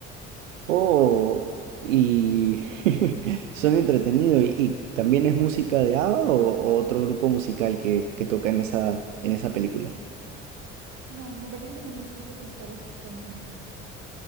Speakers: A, on the right; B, on the right.
A: Oh, y <laughs> suena entretenido. ¿Y, y también es música de ABBA o, o otro grupo musical que, que toca en esa, en esa película?
B: No, me parece que son los propios actores que cantan.